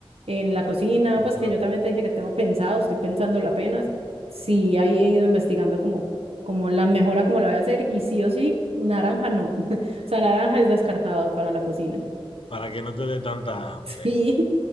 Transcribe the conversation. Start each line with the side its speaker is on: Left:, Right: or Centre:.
Right: en la cocina,
Left: sí,
Right: pues
Left: pero
Right: que yo
Left: no,
Right: también te dije que tengo pensado, estoy pensándolo apenas, sí ahí he ido investigando como, como la mejora, como la voy a hacer y sí o sí, naranja no. <laughs> O sea, naranja es descartado para la cocina.
Left: para que no te dé tanta
Right: <laughs>
Left: hambre.
Right: Sí